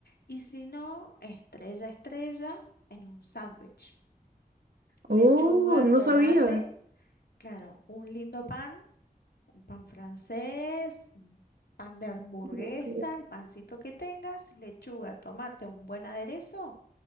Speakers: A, on the left (about 85°); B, on the right (about 75°).
A: y si no, estrella, estrella en un sándwich. Lechuga,
B: Oh, no
A: tomate,
B: sabía.
A: claro, un lindo pan, un pan francés, un pan de hamburguesa,
B: Ok.
A: el pancito que tengas, lechuga, tomate, un buen aderezo